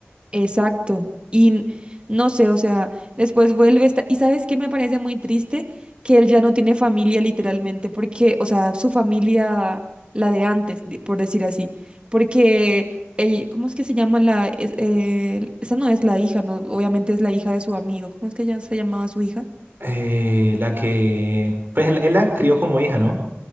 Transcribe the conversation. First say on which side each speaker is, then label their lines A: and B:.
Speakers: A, on the right; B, on the right.
A: Exacto. Y n- no sé, o sea, después vuelve esta... Y sabes qué me parece muy triste que él ya no tiene familia literalmente, porque, o sea, su familia, la de antes, di- por decir así, porque ella, ¿cómo es que se llama la... es- eh, esa no es la hija, no, obviamente es la hija de su amigo. ¿Cómo es que ya se llamaba su hija?
B: Eh, la que... Pues él, él la crió como hija, ¿no?